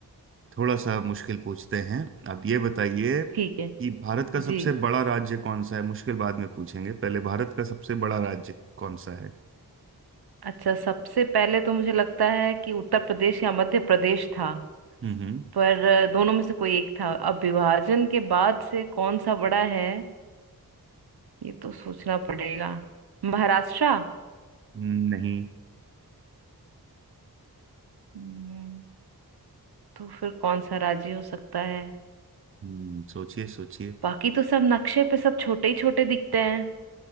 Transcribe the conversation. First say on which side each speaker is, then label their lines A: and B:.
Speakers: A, on the right; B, on the right.
A: थोड़ा सा मुश्किल पूछते हैं आप ये बताइए
B: ठीक है
A: कि भारत का
B: जी
A: सबसे बड़ा राज्य कौन सा है मुश्किल बाद में पूछेंगे पहले भारत का सबसे बड़ा राज्य कौन सा है
B: अच्छा सबसे पहले तो मुझे लगता है कि उत्तर प्रदेश या मध्य प्रदेश था
A: हम्म
B: पर अ, दोनों में से कोई एक था अब विभाजन के बाद से कौन सा बड़ा है ये तो सोचना पड़ेगा महाराष्ट्र
A: हम्म नहीं
B: हम्म, तो फिर कौन सा राजी हो सकता है
A: हम्म, सोचिए सोचिए
B: बाकी तो सब नक्शे पे सब छोटे ही छोटे दिखते हैं